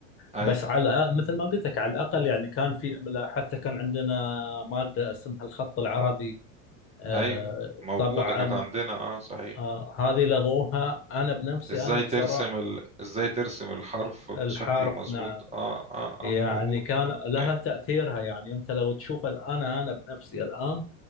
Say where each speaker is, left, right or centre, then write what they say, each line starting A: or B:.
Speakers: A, on the right; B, on the left.
A: ايوه
B: بس على مثل ما قلت لك على الأقل يعني كان في حتى كان عندنا مادة اسمها الخط العربي آه،
A: ايوه موجودة
B: طبعا
A: كانت عندنا اه صحيح
B: آه هذه لغوها أنا بنفسي
A: ازاي
B: أنا بصراحة
A: ترسم ال... ازاي ترسم الحرف بشكل
B: الحرف
A: مظبوط
B: نعم
A: اه اه,
B: يعني
A: آه. موجود
B: كان
A: اه
B: لها
A: كان
B: تأثيرها يعني أنت لو تشوف الآن أنا بنفسي الآن